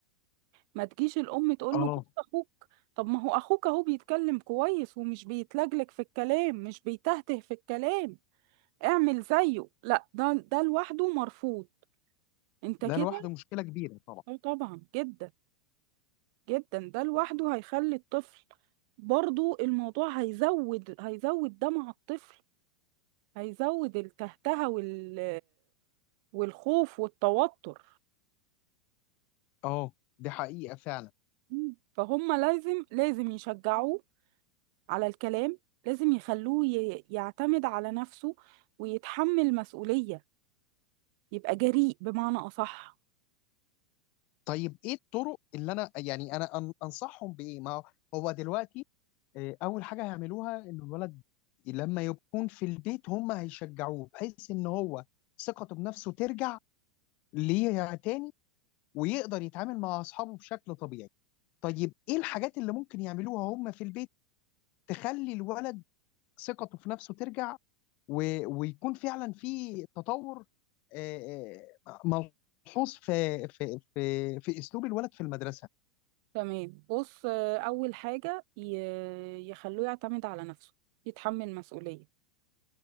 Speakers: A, on the right; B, on the left.
A: ما تجيش الام تقول
B: اه
A: له بص اخوك طب ما هو اخوك اهو بيتكلم كويس ومش بيتلجلج في الكلام مش بيتهته في الكلام اعمل زيه لا ده ده لوحده مرفوض انت
B: ده
A: كده
B: لوحده مشكله كبيره طبعا
A: اه طبعا جدا جدا ده لوحده هيخلي الطفل برضو الموضوع هيزود هيزود ده مع الطفل هيزود التهتهة وال والخوف والتوتر
B: اه دي حقيقه فعلا
A: مم. فهم لازم لازم يشجعوه على الكلام لازم يخلوه ي- يعتمد على نفسه ويتحمل مسؤولية يبقى جريء بمعنى أصح
B: طيب ايه الطرق اللي انا يعني انا أن- انصحهم بايه ما هو هو دلوقتي آه، اول حاجه هيعملوها ان الولد لما يكون في البيت هم هيشجعوه بحيث ان هو ثقته بنفسه ترجع ليها تاني ويقدر يتعامل مع اصحابه بشكل طبيعي طيب ايه الحاجات اللي ممكن يعملوها هم في البيت تخلي الولد ثقته في نفسه ترجع و... ويكون فعلا في تطور آه، آه، ملحوظ في في في في اسلوب الولد في المدرسه
A: تمام بص آه، أول حاجة ي- يخلوه يعتمد على نفسه يتحمل مسؤولية